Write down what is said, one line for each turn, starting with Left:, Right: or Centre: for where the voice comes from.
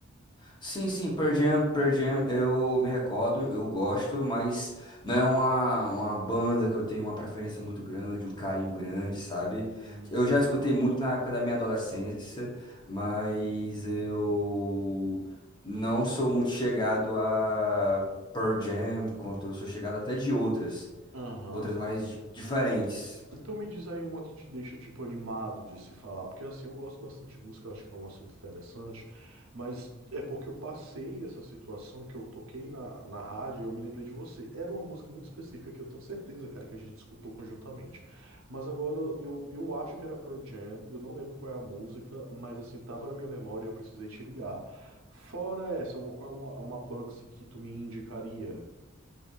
Left: Sim, sim, Pearl Jam, Pearl Jam, eu me recordo, eu gosto, mas não é uma, uma banda que eu tenho uma preferência muito grande, um carinho grande, sabe?
Right: Hum.
Left: Eu já escutei muito na época da minha adolescência, mas eu não sou muito chegado a Pearl Jam, quanto eu sou chegado até de outras,
Right: Aham.
Left: outras mais di- diferentes.
Right: Então me diz aí uma que te deixa, tipo, animado de se falar, porque assim, eu gosto bastante de música, eu acho que é um assunto interessante, mas é porque eu passei essa situação que eu toquei na, na rádio e eu me lembrei de você. Era uma música muito específica que eu tenho certeza, cara, que a gente escutou conjuntamente. Mas agora eu, eu acho que era Pearl Jam, eu não lembro qual é a música, mas assim, tava na minha memória e eu precisei te ligar. Fora essa, qual é uma, uma banda assim que tu me indicaria?